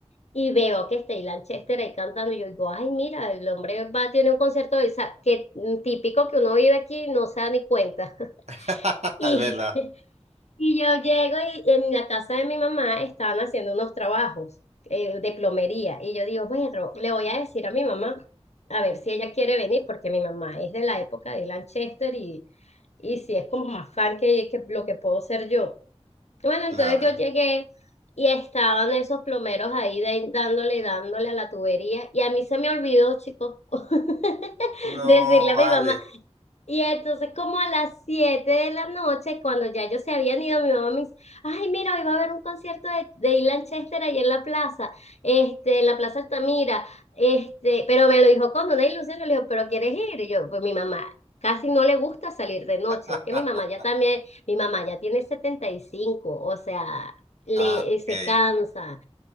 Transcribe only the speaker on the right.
<laughs>
Es verdad,
claro.
No,
vale.
<laughs>
Ah,
ok,